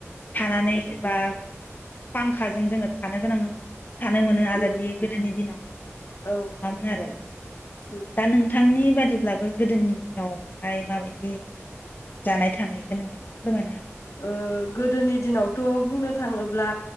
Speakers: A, on the left; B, on the left.
A: थानानै बा फांखाजों जोङो थानो गोनां थानो मोनो आजादि
B: उम
A: गोदोनि दिनावहाय बिदि
B: औ
A: नङामोन आरो
B: उम
A: दा नोंथांनि बादिब्लाबो गोदोनि दिनावहाय माबायदि जानाय थानायखौ नोंथाङा फोरमायनो हागोन नामा?
B: ओ गोदोनि दिनावथ बुंनो थाङोब्ला